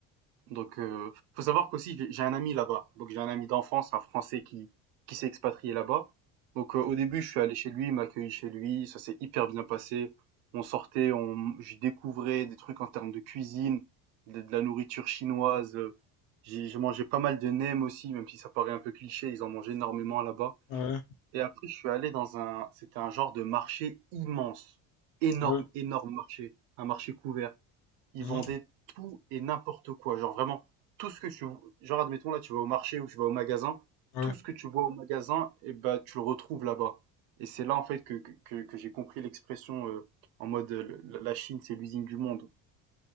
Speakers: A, on the right (about 90°); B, on the left (about 85°).
A: Donc, euh, faut savoir qu'aussi j'ai j'ai un ami là-bas. Donc j'ai un ami d'enfance, un Français qui qui s'est expatrié là-bas. Donc euh,
B: Mhm.
A: au début, je suis allé chez lui, il m'a accueilli chez lui, ça s'est hyper bien passé. On sortait, on, j'y découvrais des trucs en termes de cuisine, de, de la nourriture chinoise. euh, J'ai j'ai mangé pas mal de nems aussi, même si ça paraît un peu cliché, ils en mangent énormément là-bas.
B: Ouais,
A: Et après, je suis allé dans un, c'était un genre de marché immense, énorme,
B: ouais,
A: énorme marché, un marché couvert ils
B: Mhm.
A: vendaient tout et n'importe quoi. Genre vraiment, tout ce que tu, genre admettons là, tu vas au marché ou tu vas au magasin,
B: ouais,
A: tout ce que tu vois au magasin, et bah tu le retrouves là-bas. Et c'est là en fait que, que, que- que j'ai compris l'expression euh, en mode euh, le- la Chine c'est l'usine du monde.